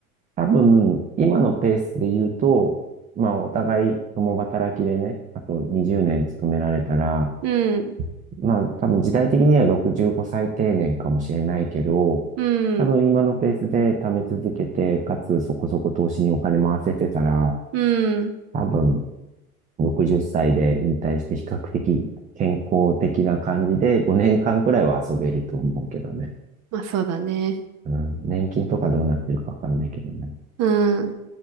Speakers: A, on the right; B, on the right.
A: 多分、今のペースで言うと、まあ、お互い共働きでね、あと20年勤められたら、
B: うん。
A: まあ、多分時代的には65歳定年かもしれないけど、
B: うん。
A: 多分今のペースで貯め続けて、かつそこそこ投資にお金回せてたら、
B: うん。
A: 多分60歳で引退して比較的健康的な感じで5年間くらいは遊べると思うけどね。
B: まあそうだね。
A: うん、年金とかどうなってるかわかんないけどね。
B: うん。